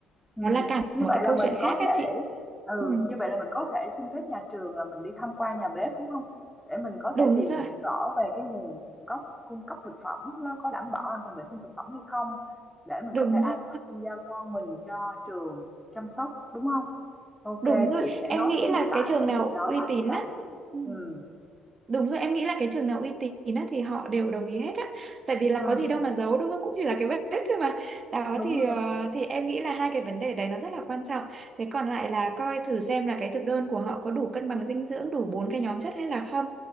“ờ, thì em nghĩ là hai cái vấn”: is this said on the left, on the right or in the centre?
Right